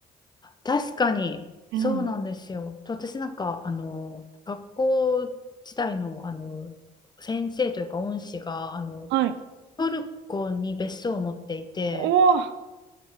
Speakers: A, on the left (about 25°); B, on the right (about 80°).
A: 確かに、
B: うん。
A: そうなんですよ。と私なんか、あの、学校時代の、あの、先生というか恩師が、あの、
B: はい。
A: トルコに別荘を持っていて、
B: おー、